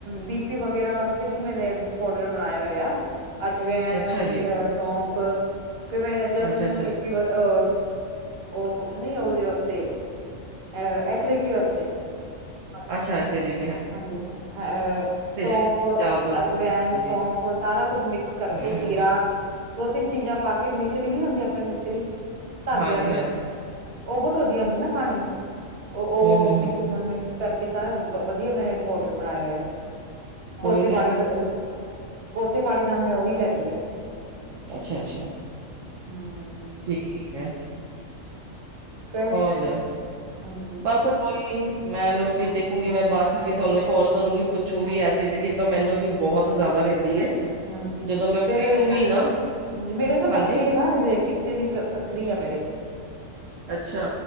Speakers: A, on the right; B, on the right.
A: ਬੀ ਪੀ ਵਗੈਰਾ ਵਾਸਤੇ ਵੀ ਮੈਨੇ ਪੋਡਰ ਬਣਾਇਆ ਹੋਇਆ। ਅਜਵੈਨ,
B: ਅੱਛਾ ਜੀ
A: ਸੌਫ ਤੇ ਮੈਂ ਜਦ
B: ਅੱਛਾ
A: ਮੈਨੂੰ
B: ਅੱਛਾ
A: ਬੀ ਪੀ ਅ ਉਹ ਨਹੀਂ। ਕਿਦੇ ਵਾਸਤੇ? ਏਹ ਐਸੀਡਿਟੀ ਵਾਸਤੇ।
B: ਅੱਛਾ, ਐਸੀਡਿ
A: ਹਾਂਜੀ ਅਹ ਸੌਫ,
B: ਪੰਜਾਬ ਬਣਦੀ
A: ਅਜਵੈਨ,
B: ਹੈ ਹਾਂਜੀ
A: ਸੌਂਫ ਸਾਰਾ ਕੁਝ ਮਿਕਸ ਕਰ ਕਿ
B: ਹਮ
A: ਜੀਰਾ, ਦੋ ਤਿੰਨ ਚੀਜ਼ਾਂ ਪਾ ਕੇ ਮਿਸਰੀ ਨੀ ਹੁੰਦੀ ਆਪਣੀ ਮਿਸਰੀ। ਧਾਗੇ
B: ਹਾਂਜੀ-ਹਾਂਜੀ।
A: ਵਾਲੀ ਉਹ ਬਹੁਤ ਵਧੀਆ ਹੁੰਦੀ ਨਾ ਖਾਣੀ, ਉਹ-ਉਹ
B: ਹਮ ਹਮ
A: ਵਿੱਚ
B: ਹਮ
A: ਮਿਕਸ ਕਰਕੇ ਸਾਰਾ ਵਧੀਆ ਮੈਂ ਪਾਊਡਰ ਬਣਾਇਆ ਹੋਇਆ।
B: ਕੋਈ
A: ਕੋਸੇ
B: ਨੀ
A: ਪਾਣੀ ਅ ਕੋਸੇ ਪਾਣੀ ਨਾਲ ਮੈਂ ਉਹੀ ਲੈਂਦੀ ਆ।
B: ਅੱਛਾ-ਅੱਛਾ।
A: ਹੂੰ,
B: ਠੀਕ ਆ।
A: ਫੇਰ
B: ਹੋਰ ਜ
A: ਹਾਂਜੀ,
B: ਬਸ ਕੋਈ ਮੈਂਨੂੰ ਵੀ ਦੇਖੂੰਗੀ, ਮੈਂ ਬਾਅਦ ਚ ਤੁਹਾਨੂੰ ਕਾਲ ਕਰੂੰਗੀ ਪੁੱਛੂਗੀ। ਐਸੀਡਿਟੀ ਤੋਂ ਮੈਨੂੰ ਵੀ ਬਹੁਤ ਜ਼ਿਆਦਾ ਰਹਿੰਦੀ। ਹੈ
A: ਹਾਂਜੀ
B: ਜਦੋਂ ਮੈਂ
A: ਫੇਰ
B: ਫਰੀ ਰਹੂੰਗੀ ਨਾ
A: ਹਾਂਜੀ ਮੇਰੇ ਨਾ
B: ਹਾਂਜੀ
A: ਪੱਥਰੀ ਆ ਨਾ ਇਹਦੇ ਪੀਤੇ ਦੀ ਪੱਥਰੀ ਆ ਮੇਰੇ
B: ਅੱਛਾ